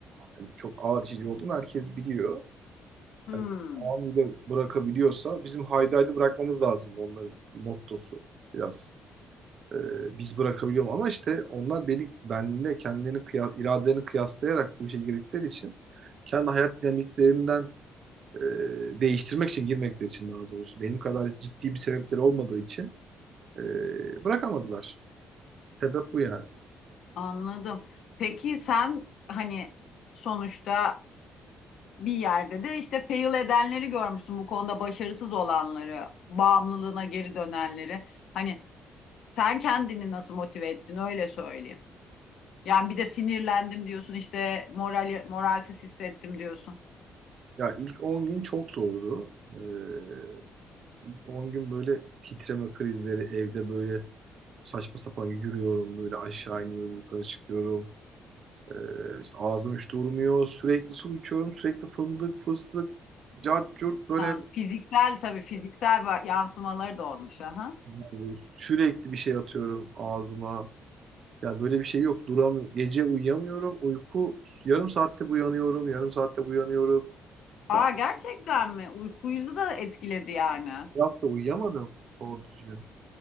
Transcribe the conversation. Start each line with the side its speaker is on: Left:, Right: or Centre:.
Right: hani çok ağır içici olduğumu herkes biliyor.
Left: Hmm,
Right: Hani anında bırakabiliyorsa bizim haydaydı bırakmamız lazım onların mottosu biraz. Ee, biz bırakabiliyorum ama işte onlar beni benimle kendilerini kıyas, iradelerini kıyaslayarak bu işe girdikleri için kendi hayat dinamiklerimden e, değiştirmek için girmekleri için daha doğrusu benim kadar ciddi bir sebepleri olmadığı için e, bırakamadılar. Sebep bu yani.
Left: anladım. Peki sen hani sonuçta bir yerde de işte fail edenleri görmüşsün bu konuda başarısız olanları, bağımlılığına geri dönenleri. Hani sen kendini nasıl motive ettin öyle söyleyeyim. Yani bir de sinirlendim diyorsun işte moral, moralsiz hissettim diyorsun.
Right: Ya ilk 10 gün çok zordu. Ee, 10 gün böyle titreme krizleri evde böyle saçma sapan yürüyorum böyle aşağı iniyorum yukarı çıkıyorum. Ee, işte ağzım hiç durmuyor sürekli su içiyorum sürekli fındık fıstık cart curt böyle
Left: Yani fiziksel tabii fiziksel va- yansımaları da olmuş. Aha.
Right: yani sürekli bir şey atıyorum ağzıma. Ya böyle bir şey yok duramıyorum. Gece uyuyamıyorum uyku yarım saatte uyanıyorum yarım saatte uyanıyorum.
Left: Aa
Right: Ya,
Left: gerçekten mi? Uykuyu da etkiledi yani.
Right: bir hafta uyuyamadım doğru düzgün.